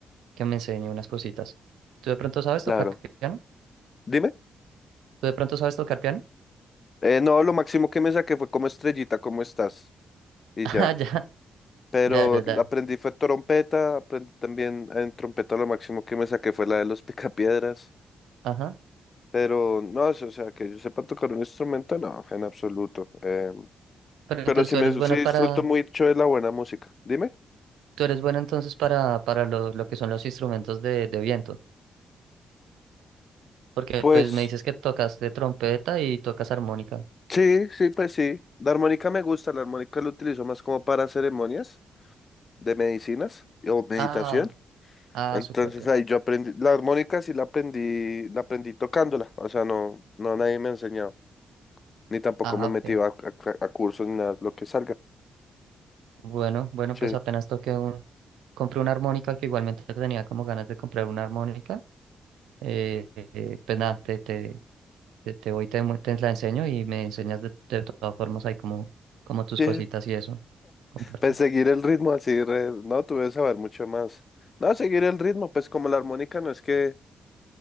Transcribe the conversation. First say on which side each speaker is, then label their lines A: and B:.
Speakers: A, on the right; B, on the left.
A: que me enseñe unas cositas. ¿Tú de pronto sabes tocar
B: claro.
A: piano?
B: Dime.
A: ¿Tú de pronto sabes tocar piano? <laughs>
B: Eh, no, lo máximo que me saqué fue como estrellita, ¿cómo estás? Y
A: Ah,
B: ya.
A: ya,
B: Pero
A: ya, ya, ya.
B: aprendí fue trompeta, aprendí también en trompeta lo máximo que me saqué fue la de los <laughs> picapiedras.
A: Ajá.
B: Pero no, o sea, que yo sepa tocar un instrumento, no, en absoluto. Eh,
A: Pero entonces
B: pero sí,
A: tú
B: me,
A: eres bueno
B: sí disfruto
A: para,
B: mucho de la buena música. Dime.
A: tú eres bueno entonces para, para lo, lo que son los instrumentos de, de viento. Porque
B: Pues
A: pues me dices que tocas de trompeta y tocas armónica.
B: sí, sí, pues sí. La armónica me gusta, la armónica la utilizo más como para ceremonias de medicinas o meditación.
A: Ah, ah,
B: Entonces
A: súper bien.
B: ahí yo aprendí, la armónica sí la aprendí, la aprendí tocándola, o sea, no, no nadie me enseñó ni tampoco
A: Ah,
B: me he metido
A: ok.
B: a, a- a cursos ni nada, lo que salga.
A: Bueno, bueno,
B: Sí,
A: pues apenas toqué un... Compré una armónica que igualmente tenía como ganas de comprar una armónica. Eh, eh, pues nada, te, te, te, te voy, te, mu- te la enseño y me enseñas de, de todas formas ahí como, como tus
B: sí,
A: cositas y eso. Comparte.
B: pues seguir el ritmo así, re- no, tuve que saber mucho más. No, seguir el ritmo, pues como la armónica no es que,